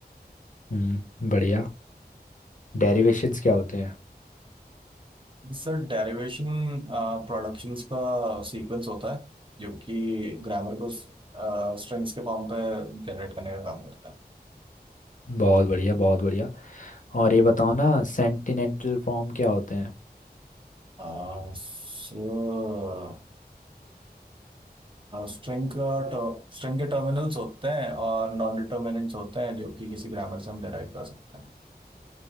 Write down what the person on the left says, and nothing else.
हम्म बढ़िया डेरिवेशंस क्या होते हैं
बहुत बढ़िया बहुत बढ़िया और ये बताओ ना सेंटिनेंटल फॉर्म क्या होते हैं